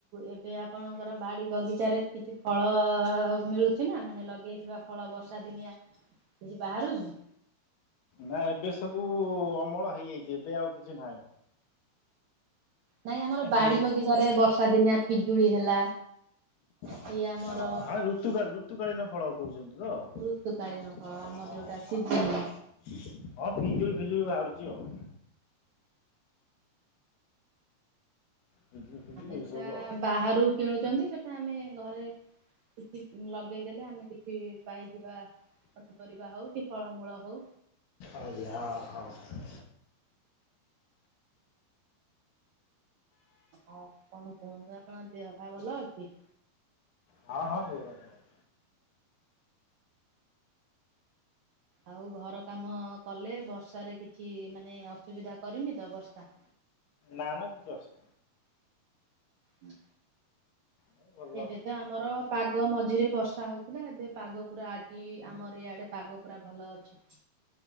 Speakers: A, on the right; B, on the left.
A: ଏବେ ଆପଣଙ୍କର ବାଡି ବଗିଚାରେ କିଛି ଫଳ ମିଳୁ ଛି ନା ମାନେ ଲଗେଇଥିବା ଫଳ ବର୍ଷା ଦିନିଆ କିଛି ବାହାରୁଛି।
B: ନା ଏବେ ସବୁ ଅମଳ ହେଇଯାଇଚି ଏବେ ଆଉ କିଛି ନାହିଁ।
A: ନାଇଁ ଆମର
B: ଏବେ
A: ବାଡି ବଗିଚାରେ ବର୍ଷା ଦିନିଆ ପିଜୁଳି ହେଲା।
B: ହଁ
A: କି ଆମର
B: ହଁ ଋତୁକାଳ ଋତୁକାଳୀନ ଫଳ କହୁଚନ୍ତି ତ
A: ଋତୁକାଳୀନ ଫଳ ଆମର
B: ହଁ।
A: ଯୋଉଟା
B: ହଁ
A: ସିଜିନି
B: ହଁ ହଁ ପିଜୁଳି ଫିଜୁଳି ବାହାରୁଚି ଆଉ। ପିଜୁଳି ଫିଜୁଳି
A: ଆମେ
B: ଏସବୁ
A: ଯଉଟା
B: ଆଉ।
A: ବାହାରୁ କିଣୁଚନ୍ତି ସେଟା ଆମେ ଘରେ କିଛି ଲଗେଇଦେଲେ ଆମେ କିଛି ପାଇଯିବା। ପନିପରିବା ହଉ କି ଫଳମୂଳ ହଉ।
B: ଆଉ ଯା ହଁ।
A: ଆଉ କଣ କୁହନ୍ତୁ ଆପଣ ଦେହ ପା ଭଲ ଅଛି?
B: ହଁ ହଁ <unintelligible>
A: ଆଉ ଘର କାମ କଲେ, ବର୍ଷାରେ କିଛି ମାନେ ଅସୁବିଧା କରିନି ତ ବର୍ଷା?
B: ନା ନା କିଛି ଅସ
A: ହୁଁ
B: ନାହିଁ ଭଲ।
A: ଏବେ ତ ଆମର ପା ପାଗ ମଝିରେ ବର୍ଷା ହଉଥିଲା ଏବେ ପାଗ ପୁରା ଆଜି ଆମର ଇଆଡେ ପାଗ ପୁରା ଭଲ ଅଛି।